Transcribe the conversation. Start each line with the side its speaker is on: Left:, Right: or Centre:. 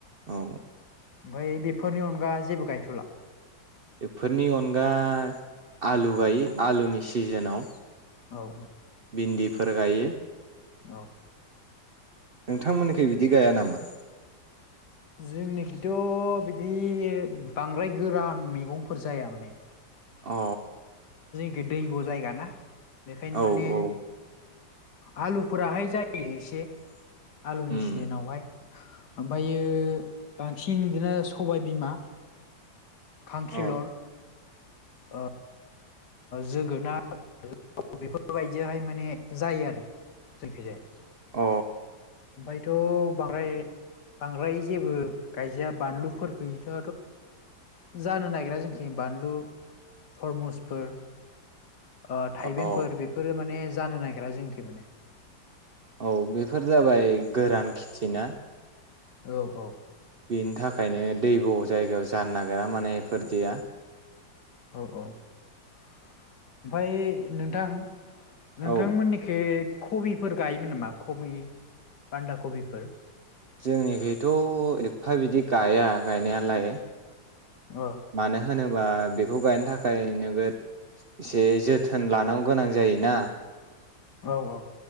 Right: औ
Left: ओमफ्राय बेफोरनि अनगा जेबो गायथ'ला?
Right: बेफोरनि अनगा आलु गायो आलुनि सिजोनाव
Left: औ औ।
Right: भिन्दिफोर गायो
Left: औ‌।
Right: नोंथांमोननिखे बि बिदि गाया नामा?
Left: जोंनिखिथ' बिदि बांद्राय गोरान मैगंफोर जाया माने
Right: अ
Left: दैबो' जायगा ना बेखायनो माने
Right: औ औ
Left: आलु फोहाय जायो एसे आलुनि
Right: उम
Left: सिजोनावहाय ओमफ्रायो बांसिन बिदिनो सबायाइबिमा खांखिलर
Right: अ
Left: अ जोगोनार बेफोरबायदियावहाय माने जायो आरो जोंनिखैजाया
Right: अ
Left: बायथ' बांद्राय बांद्राय जेबो गायजाया बानलुखथथ' जानो नागिरा जोंखि बानलु थरमुस फोर थाइबेंफोर
Right: अ
Left: बेफोरो माने जानो नागिरा जोंखि माने
Right: औ बेफोर जाबाय गोरान खेथि चिना <unintelligible>
Left: औ औ
Right: बेनि थाखायनो दैब' जायगायाव जानो नागिरा माने एफोरदिया
Left: औ औ ओमफाय नोंथां
Right: औ
Left: नोंथांमोननिखे कबिफोर गायोमोन नामा कबि बान्दा कबिफोर?
Right: जोंनिखथ' एफा बिदि गाया गायनायालाय।
Left: अ
Right: मानो होनोबा बेखौ गायनो थाखाय नोगोद एसे जोथोन लानांगौ गोनां जायोना।
Left: औ औ